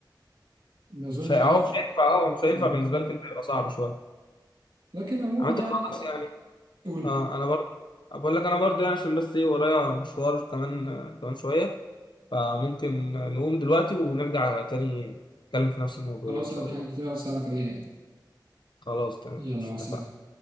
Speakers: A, on the right (about 85°); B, on the left (about 75°).
A: ما أظنش
B: مش هي- اهو
A: هينفع
B: مش هينفع اه مش هينفع
A: اه
B: بالنسبه لك انت هيبقى صعب شويه
A: لكن عموما
B: عامة خلاص
A: يعني
B: يعني
A: قول
B: اه انا برضه بقول لك انا برضه يعني عشان بس ايه ورايا مشوار كمان آه، كمان شوية فممكن نقوم دلوقتي ونرجع تاني نتكلم في نفس الموضوع
A: خلاص
B: يعني ان شاء
A: أنا في
B: الله
A: حاجة كتير أوي أسألك عليها يعني
B: خلاص تمام
A: يلا
B: مش
A: مع
B: اتفقنا
A: السلامة